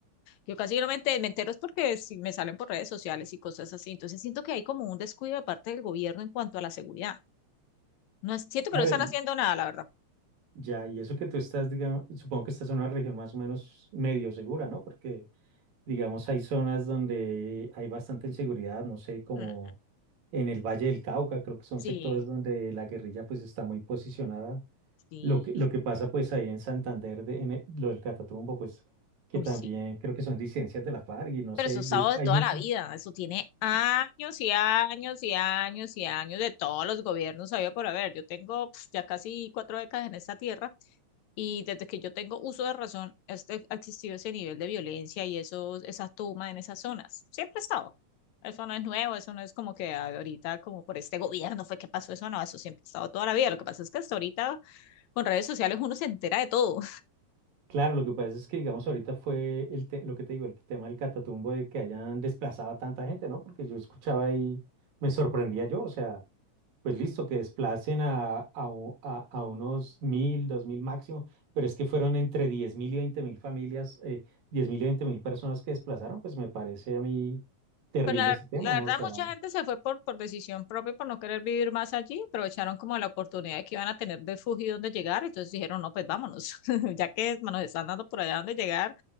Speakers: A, on the left; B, on the right.
A: yo casi no me enter- me entero, es porque si me salen por redes sociales y cosas así. Entonces siento que hay como un descuido de parte del gobierno en cuanto a la seguridad. No es, siento que
B: Claro,
A: no están
B: y
A: haciendo nada, la verdad.
B: ya, y eso que tú estás, digamos, supongo que estás en una región más o menos medio segura, ¿no? Porque Digamos, hay zonas donde hay bastante inseguridad, no sé, como
A: Mm,
B: en el Valle del Cauca, creo que son
A: Sí,
B: sectores donde la guerrilla pues está muy posicionada.
A: sí.
B: Lo que, lo que pasa pues ahí en Santander, de- en el- lo del Catatumbo, pues que
A: Uy,
B: también
A: sí.
B: creo que son disidencias de la FARC y no
A: Pero
B: sé,
A: eso es
B: grup-
A: usado de
B: hay
A: toda
B: muchos.
A: la vida, eso tiene años y años y años y años de todos los gobiernos, había por haber. Yo tengo pf, ya casi cuatro décadas en esta tierra y desde que yo tengo uso de razón, este, ha existido ese nivel de violencia y eso, esa toma en esas zonas. Siempre ha estado. Eso no es nuevo, eso no es como que ahorita, como por este gobierno fue que pasó eso, no, eso siempre ha estado toda la vida. Lo que pasa es que hasta ahorita con redes sociales uno se entera de todo.
B: Claro, lo que pasa es que digamos ahorita fue el te- lo que te digo, el tema del Catatumbo de que hayan desplazado a tanta gente, ¿no? Porque yo escuchaba y me sorprendía yo, o sea... Pues listo, que desplacen a, a, u- a, a unos mil, dos mil máximo, pero es que fueron entre diez mil y veinte mil familias, eh, diez mil y veinte mil personas que desplazaron, pues me parece a mí terrible
A: Pues la,
B: ese tema,
A: la
B: ¿no?
A: verdad,
B: O sea,
A: mucha gente se fue por, por decisión propia, por no querer vivir más allí. Aprovecharon como la oportunidad que iban a tener de fugir donde llegar. Entonces dijeron, no, pues vámonos, <laughs> ya que nos están dando por allá donde llegar,